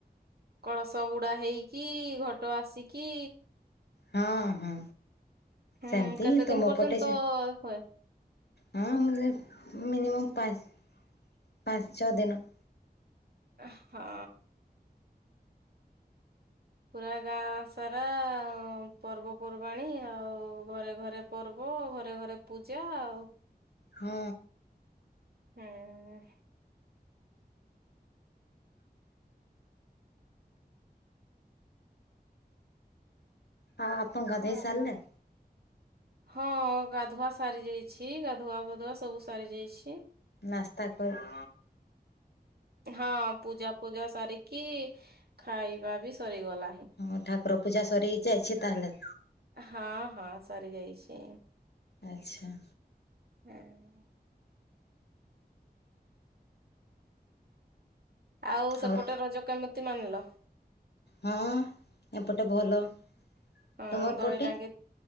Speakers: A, on the right; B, on the left.
A: କଳସ ବୁଡ଼ା ହେଇକି ଘଟ ଆସିକି
B: ହଁ ହଁ
A: ହୁଁ
B: ସେମିତି
A: କେତେ
B: ତୁମ
A: ଦିନ ପର୍ଯ୍ୟନ୍ତ
B: ପଟେ ଯେ।
A: ହୁଏ
B: ହଁ ମୁ ମିନିମମ୍ ପାଞ୍ଚ ପାଞ୍ଚ ଛଅ ଦିନ
A: ହଁ। ପୁରା ଗାଁ ସାରା ପର୍ବପର୍ବାଣି ଆଉ ଘରେ ଘରେ ପର୍ବ ଘରେ ଘରେ ପୂଜା ଆଉ
B: ହଁ।
A: ହୁଁ
B: ହଁ ଆପଣ ଗାଧେଇ
A: ଆଉ
B: ସାରିଲେ?
A: ହଁ ଗାଧୁଆ ସାରିଯାଇଛି ଗାଧୁଆ ପାଧୁଆ ସବୁ ସରିଯାଇଛି।
B: ନାସ୍ତା କର
A: ହଁ ପୂଜା ଫୂଜା ସାରିକି ଖାଇବା ବି ସରିଗଲା ହଁ।
B: ହଁ ଠାକୁର ପୂଜା ସରିିଯାଇଛି ତାହେଲେ
A: ହଁ ହଁ ସରିଯାଇଛି।
B: ଆଚ୍ଛା
A: ହୁଁ ଆଉ
B: ହଉ
A: ସେପଟେ ରଜ କେମିତି ମାନିଲ?
B: ହଁ ଏପଟେ ଭଲ।
A: ହଁ
B: ତୁମର
A: ଦୋଳି
B: ପଟେ
A: ଟାଙ୍ଗି,